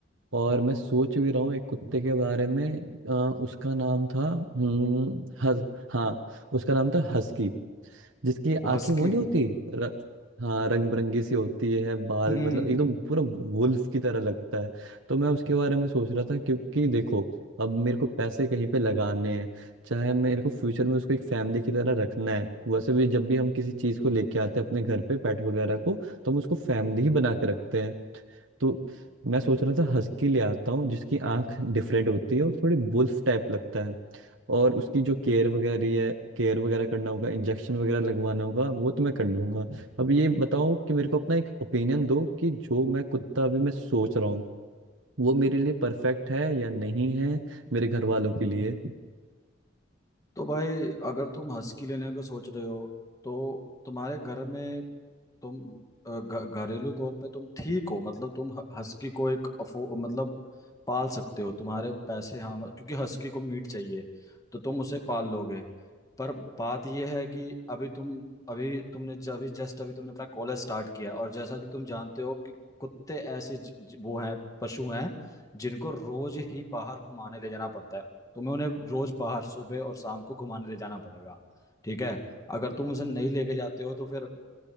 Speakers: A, on the right; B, on the left.
A: और मैं सोच भी रहा हूँ एक कुत्ते के बारे में अ, उसका नाम था हम्म, हस, हाँ उसका नाम था हस्की जिसकी आंखें
B: वो हंस
A: वो
B: की
A: नहीं होती र, हाँ रंग बिरंगी सी होती है बाल
B: <laughs>
A: मतलब एकदम पूरा वुल्फ की तरह लगता है तो मैं उसके बारे में सोच रहा था क्योंकि देखो अब मेरे को पैसे कहीं पे लगाने हैं चाहे मेरे को फ्यूचर में उसको एक फैमिली की तरह रखना है वैसे भी जब भी हम किसी चीज को लेके आते हैं अपने घर पे पेट वगैरह को तो हम उसको फैमिली ही बना के रखते हैं तो मैं सोच रहा था हस्की ले आता हूँ जिसकी आंख डिफरेंट होती है और थोड़ी बुल्फ टाइप लगता है और उसकी जो केयर वगैरह है केयर वगैरह करना होगा इंजेक्शन वगैरह लगवाना होगा वो तो मैं कर लूंगा अब ये बताओ कि मेरे को अपना एक ओपिनियन दो कि जो मैं कुत्ता अभी मैं सोच रहा हूँ वो मेरे लिए परफेक्ट है या नहीं है मेरे घर वालों के लिए
B: तो भाई अगर तुम हस्की लेने का सोच रहे हो तो तुम्हारे घर में तुम अ, घ- घरेलू तौर पे तुम ठीक हो मतलब तुम ह- हस्की को एक अफो मतलब पाल सकते हो तुम्हारे पैसे हाँ मत- क्योंकि हस्की को मीट चाहिए तो तुम उसे पाल लोगे पर बात यह है कि अभी तुम अभी तुमने ज, अभी जस्ट अभी तुमने अपना कॉलेज स्टार्ट किया और जैसा कि तुम जानते हो कि कुत्ते ऐसे ज, ज, वो हैं पशु हैं जिनको रोज ही बाहर घुमाने ले जाना पड़ता है तुम्हें उन्हें रोज बाहर सुबह और शाम को घुमाने ले जाना पड़ेगा ठीक है अगर तुम उसे नहीं लेके जाते हो तो फिर